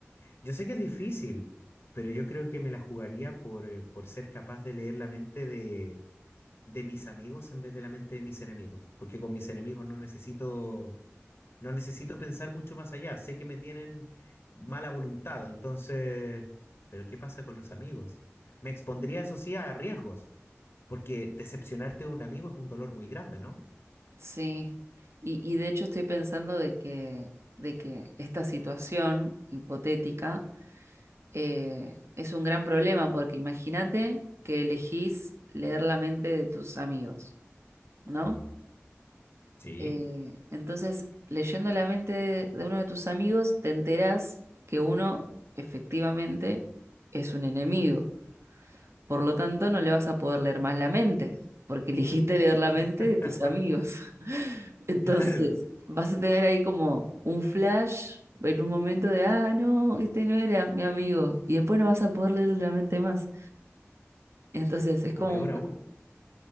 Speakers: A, on the left; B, on the right.
A: Yo sé que es difícil, pero yo creo que me la jugaría por, eh, por ser capaz de leer la mente de, de mis amigos en vez de la mente de mis enemigos, porque con mis enemigos no necesito No necesito pensar mucho más allá. Sé que me tienen mala voluntad, entonces, pero ¿qué pasa con los amigos? Me expondría, eso sí, a riesgos, porque decepcionarte de un amigo es un dolor muy grande, ¿no?
B: sí. Y, y de hecho estoy pensando de que, de que esta situación hipotética eh, es un gran problema, porque imagínate que elegís leer la mente de tus amigos, ¿no?
A: Sí.
B: Eh, entonces, leyendo la mente de, de uno de tus amigos, te enterás que uno efectivamente es un enemigo. Por lo tanto, no le vas a poder leer más la mente, porque <laughs> eligiste leer la mente
A: <laughs>
B: de tus amigos. <laughs> Entonces,
A: Claro.
B: vas a tener ahí como un flash en un momento de, ah, no, este no era mi amigo. Y después no vas a poder leer la mente más. Entonces, es como
A: O peor
B: un...
A: aún,